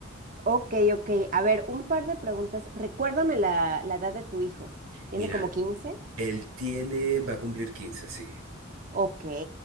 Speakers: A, on the right; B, on the right.
A: Ok, ok. A ver, un par de preguntas. Recuérdame la, la edad de tu hijo. ¿Tiene
B: Mira,
A: como quince.
B: él tiene, va a cumplir 15 sí,
A: Ok,